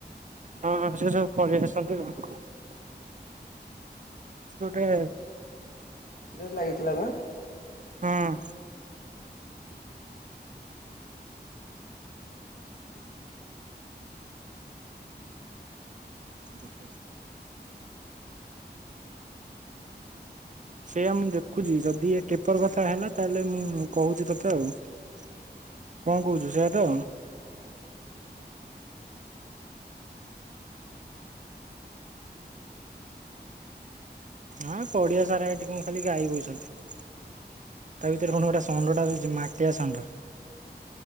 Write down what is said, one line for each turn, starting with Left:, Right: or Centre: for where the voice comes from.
Right: ହଁ ହଁ ସେ ସବୁ ପଳେଇ ଆସନ୍ତି। ସେ ଗୋଟେ
Left: ସେଟାରେ ଲାଗିଥିଲା ବା?
Right: ହଁ। ଆଉ ଗୋଟେ। ସେଆ ମୁଁ ଦେଖୁଚି ଯଦି ଏ କେପର କଥା ହେଲା ତାହେଲେ ମୁଁ କହୁଚି ତୋତେ ଆଉ କଣ କହୁଚୁ ସେଆ ତ? ଆଁ ପଡିଆ ସାରା ଏଠି କଣ ଖାଲି ଗାଈ ବଇଛନ୍ତି। ତା ଭିତରେ ଖଣ ଗୋଟେ ଷଣ୍ଡ ଟା ରହିଛି ମାଟିଆ ଷଣ୍ଢ।